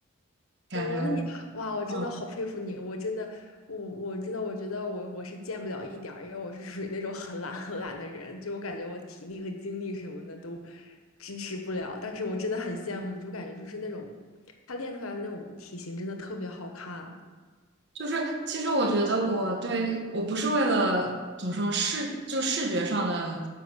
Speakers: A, on the right; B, on the left.
A: 感觉。
B: 哦，那你哇，我真的好佩服你！
A: 嗯。
B: 我真的，我我真的，我觉得我我是见不了一点儿，因为我是属于那种很懒很懒的人，就我感觉我体力和精力什么的都支持不了。但是我真的很羡慕，就感觉就是那种他练出来的那种体型真的特别好看，
A: 就是其实我觉得我对我不是为了怎么说视就视觉上的